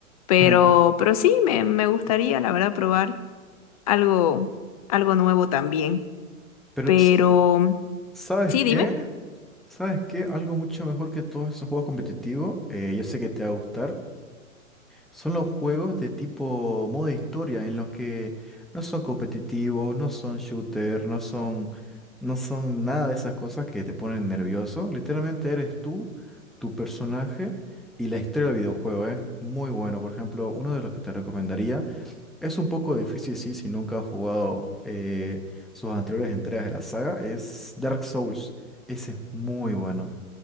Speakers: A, on the left; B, in the centre.
A: Pero,
B: Ajá.
A: pero sí, me, me gustaría, la verdad, probar algo, algo nuevo también.
B: Pero,
A: Pero,
B: sa- ¿sabes
A: sí,
B: qué?
A: dime.
B: ¿Sabes qué? Algo mucho mejor que todos esos juegos competitivos, eh, yo sé que te va a gustar, Son los juegos de tipo modo historia en los que no son competitivos, no son shooter, no son, no son nada de esas cosas que te ponen nervioso. Literalmente eres tú, tu personaje y la historia del videojuego es muy bueno. Por ejemplo, uno de los que te recomendaría es un poco difícil, sí, si nunca has jugado eh, sus anteriores entregas de la saga, es Dark Souls. Ese es muy bueno.